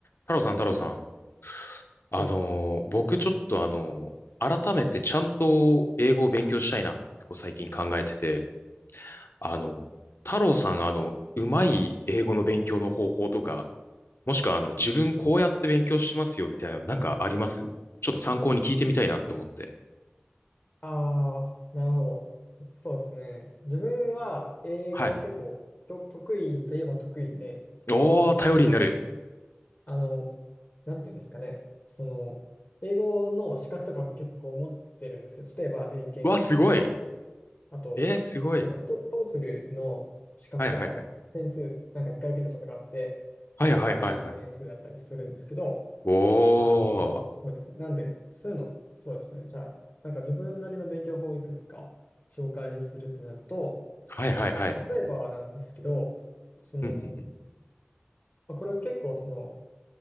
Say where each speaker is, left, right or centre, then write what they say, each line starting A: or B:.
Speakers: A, on the left; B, on the left.
A: 太郎さん、太郎さん。あのー僕ちょっとあのー改めてちゃんと英語を勉強したいなってこう最近考えてて、
B: はい。
A: あの、太郎さん、あの、うまい英語の勉強の方法とか、もしくはあの、自分こうやって勉強しますよみたいなのなんかありますちょっと参考に聞いてみたいなって思って。
B: ああ、なるほど。そうですね。自分は英語結構と得意といえば得意で、
A: はい。おー、
B: なんていうのかな。
A: 頼りになる。
B: あの、なんていうんですかね。その、英語の資格とかも結構持ってるんですよ。例えば英検一級とか、
A: うわ、すごい。
B: あと、
A: えー、すごい。
B: なんかト、トーフルの資格とかも点数、
A: はいはいはい。
B: なんか一回受けたことがあって、
A: はいはいはいはい。
B: まあ、結構いい点数だったりするんですけど、
A: お
B: あの、
A: ー。
B: そうですね。なんで、その、そうですね。じゃあ、なんか自分なりの勉強法をいくつか紹介するってなると、
A: はいはいはい。
B: 例えばなんですけど、その、
A: うんうん。
B: まあこれは結構その、